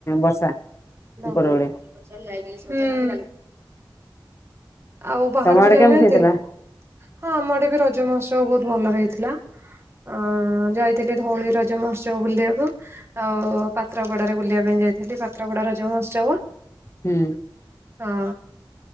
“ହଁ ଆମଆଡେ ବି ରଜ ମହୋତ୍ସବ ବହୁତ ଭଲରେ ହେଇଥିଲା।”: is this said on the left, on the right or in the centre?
Right